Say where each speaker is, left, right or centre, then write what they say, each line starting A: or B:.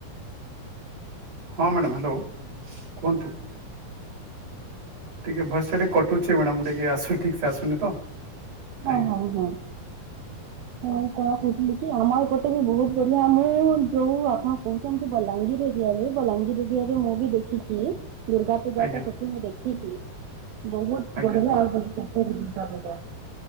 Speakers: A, on the right (about 55°); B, on the right (about 80°).
A: ହଁ ମ୍ୟାଡ଼ାମ ହାଲୋ କୁହନ୍ତୁ। ଟିକେ ଭୟସ ଟା ଟିକେ କଟୁଚି ମ୍ୟାଡାମ ଟିକେ ଆସୁ ଠିକ ସେ ଆସୁନି ତ
B: ହଁ
A: ଆଜ୍ଞା
B: ହଁ ହଁ। ହଁ କଣ କହୁଥିଲି କି ଆମ ଏପଟେ ବି ବହୁତ ବଢିଆ ମୁଁ ଯୋଉ ଆପଣ କହୁଛନ୍ତି ବଲାଙ୍ଗୀର ବଲାଙ୍ଗୀର ଏରିଆରେ ମୁଁ ବି ଦେଖିଛି ଦୁର୍ଗା ପୂଜା
A: ଆଜ୍ଞା
B: ଟା ସେଠି ମୁଁ ଦେଖିଛି ବହୁତ
A: ଆଜ୍ଞା
B: ବଢିଆ ଦୁର୍ଗା ପୂଜା।